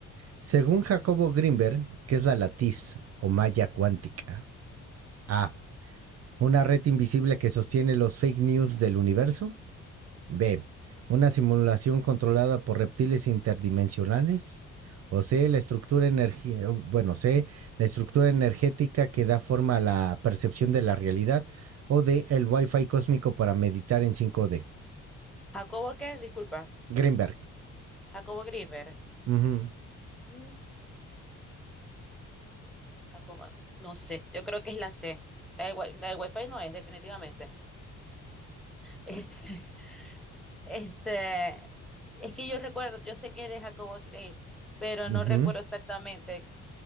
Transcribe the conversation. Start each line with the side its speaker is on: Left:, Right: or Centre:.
Right: Según Jacobo Greenberg, ¿qué es la latiz o malla cuántica? A. Una red invisible que sostiene los fake news del universo. B. Una simulación controlada por reptiles interdimensionales. O C. La estructura energi- bueno, C. La estructura energética que da forma a la percepción de la realidad. O D. El Wi-Fi cósmico para meditar en cinco d
Centre: ¿Jacobo qué? Disculpa.
Right: Greenberg.
Centre: Jacobo Greenberg.
Right: Ujú.
Centre: Mm, Jacobo, no sé, yo creo que es la C. La del, wi- la del Wi-Fi no es, definitivamente. Este, <laughs> este, es que yo recuerdo, yo sé que eres Jacobo Greenberg, pero
Right: Ujú.
Centre: no recuerdo
Right: <laughs>
Centre: exactamente.